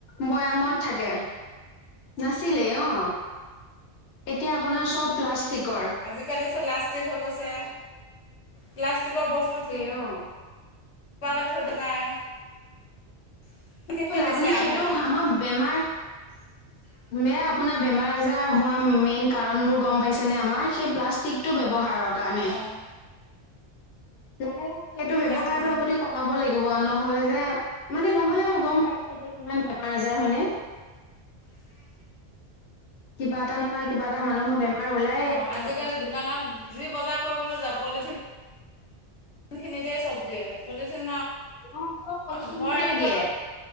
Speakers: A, on the left; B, on the left.
A: বৈয়ামত থাকে নাছিলেই অ। এতিয়া আপোনাৰ চব প্লাষ্টিকৰ।
B: আজি কালি চব লাষ্টিক হৈ গৈছে, প্লাষ্টিকৰ বস্তুত কি।
A: তেওঁ।
B: কিব এটা থৈ নাযায় বিশেষকৈ
A: ব'ল
B: বেছ
A: আপুনি
B: বেয়া
A: সেইটো
B: হৈ যায় মানে।
A: আমাৰ বেমাৰ।
B: খোলা।
A: বেয়া আপোনাৰ বেমাৰ আজাৰ হোৱা মেইন কাৰণবোৰ গম পাইছেনে আমাৰ সেই প্লাষ্টিকটো ব্যৱহাৰৰ। কানে।
B: অঁ
A: লাহে লাহে সেইটো
B: এইবিলাক
A: ব্যবহাৰটো
B: তুম
A: আপুনি ক। কমাব লাগিব নহ'লে যে মানে নহ'লে গম পাইছে এতিয়া কিমান বেমাৰ আজাৰ হয়নে।
B: হয়।
A: কিবা এটা নহয় কিবা এটা মানুহৰ বেমাৰ ওলাইে
B: অঁ
A: আছে
B: আজিকালি
A: নতুন।
B: দোকানত। যি বজা কইবলৈ যাও পলিথিন। থ খিনি দিয়ে চব দিয়ে পলিথিন ঘৰ
A: অ চব পলিথিনতে
B: আহি পোৱাৰ
A: দিয়ে
B: লগে।